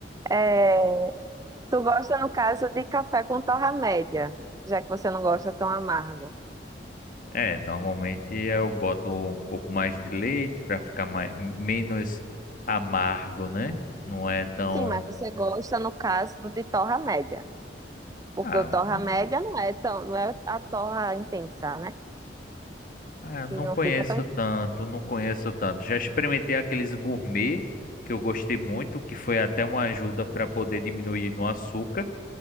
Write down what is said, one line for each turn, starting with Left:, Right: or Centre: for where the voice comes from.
Right: é, tu gosta, no caso, de café com torra média, já que você não gosta tão amargo.
Left: É, normalmente eu boto um pouco mais de leite para ficar mais, menos amargo, né? Não é tão.
Right: Sim, mas você gosta, no caso, do de torra média. Porque
Left: Ah,
Right: o torra
Left: não,
Right: média não é tão, não é a torra intensa, né?
Left: ah,
Right: Que
Left: não
Right: não
Left: conheço
Right: fica tão intensa.
Left: tanto, não conheço tanto. Já experimentei aqueles gourmet que eu gostei muito, que foi até uma ajuda para poder diminuir no açúcar,